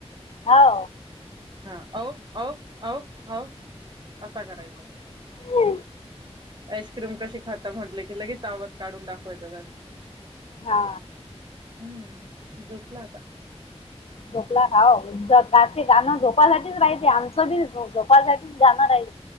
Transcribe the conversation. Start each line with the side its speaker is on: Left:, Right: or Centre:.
Left: हो
Right: हा अ अ हो अहो अहो अहो असा करायचा
Left: हो
Right: आईस्क्रीम कशी खाता म्हंटले की लगेच आवाज काढून दाखवायचा त्यांनी
Left: हा
Right: हम्म झोपला आता
Left: झोपला हाव गाते गाणं झोपासाठीच रायल आमचं बी जोपासाठीच जाणार आहे.